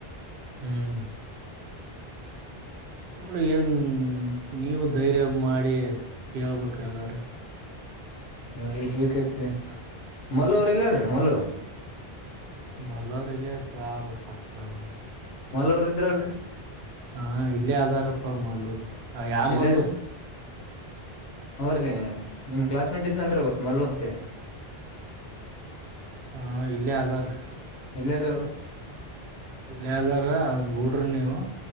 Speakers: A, on the right; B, on the left.
A: ಹ್ಮ್ ನೋಡಿ ಏನ್ ನೀವು ಧೈರ್ಯ ಮಾಡಿ ಕೇಳ್ಬೇಕು ಎಲ್ಲಾರ
B: ಯಾರಿ ಬೇಕಿತ್ ಮಲು ಅವರು ಇಲ್ಲರೀ ಮಲು
A: ಮಲ್ಲ ಅವರು <unintelligible> ಯಾರ ಸರ್ಕಾರ
B: ಮಲು ಅವರ್ ಇದ್ರಲ್ರಿ
A: ಹಾ ಇಲ್ಲೇ ಆದದಾರಪ್ಪ ಮಲು ಯಾವ
B: ಎಲ್ಲಾರೀ
A: ಮಲು
B: ಅವ್ರೀ ನಿಮ್ಮ ಕ್ಲಾಸ್ ಮೇಟ್ ಇದ್ನಲ್ರೀ ಮತ್ ಮಲು ಅಂತೆ
A: ಹಾ ಇಲ್ಲೇ ಅದಾರೆ
B: ಇದರ್ರಿ ಅವರು
A: ಇಲ್ಲೆ ಅದಾರ ಬೂಡ್ರಿ ನೀವು